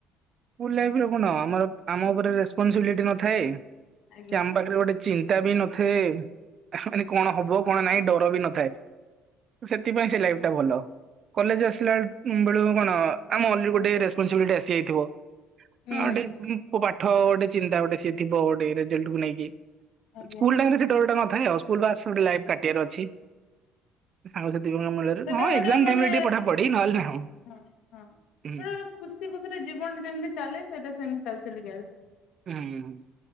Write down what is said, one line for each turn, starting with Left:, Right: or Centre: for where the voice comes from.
Right: ଲାଇରେ କଣ ଆମର ଆମ ଉପରେ ରେପନସିବିଲିଟି ନଥାଏ।
Left: ଆଜ୍ଞା।
Right: କି ଆମ ପାଖରେ ଗୋଟେ ଚିନ୍ତା ବି ନଥାଏ। ମାନେ କଣ ହବ କଣ ନାାଇଁ ଡର ବି ନଥାଏ। ସେଥିପାଇଁ ସେ ଲାଇଫ ଟା ଭଲ। କଲେଜ ଆସିଲା ବେଳୁ କଣ ଆମ ଅ ଗୋଟେ ରେସପନସିବିଲିଟି ଆସିଯାଇଥିବ।
Left: ନିହାତି
Right: ଗୋଟେ ପାଠ ଗୋଟେ ଚିନ୍ତା ଗୋଟେ ସଏ ଥିବ ଗୋଟେ ରେଜଲ୍ଟ କୁ ନେଇକି।
Left: ଆଜ୍ଞା
Right: ସ୍ଲ ଟରେ ସେ ଡରଟା ନଥାଏ ଆଉ ସ୍ଲ ବାସ ଗ ଲାଇ କାଟିବାର ଅଛି। ସାଙ୍ଗସାଥି ମଣ୍ଡଳରେ
Left: ସେଟା
Right: ହଁ
Left: ଗୋଟେ
Right: ଟାଇରେ
Left: ମାନେ
Right: ଟିକେ ପଠା ପଢି ନହେଲେ ନାଁ
Left: ହଁ ହଁ।
Right: ହୁଁ।
Left: ଗୋଟେ ଗୋଟେ ଖୁସି ଖୁସିରେ ଜୀବନଟା ଯେମିତି ଚାଲେ ସେଇଟା ସେମତି ଚାଲି ଚାଲିକ ଆସ
Right: ହୁଁ।